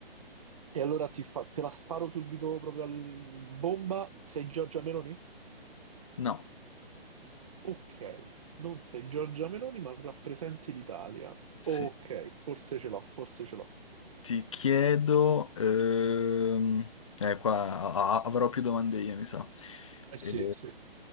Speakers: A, on the right; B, on the left.
A: E allora ti fa- te la sparo subito proprio a bomba, sei Giorgia Meloni?
B: No.
A: Ok, non sei Giorgia Meloni, ma rappresenti l'Italia.
B: Sì.
A: Ok, forse ce l'ho, forse ce l'ho.
B: Ti chiedo... ehm, eh, qua a- a- avrò più domande io, mi sa.
A: Eh
B: Eh,
A: sì, sì.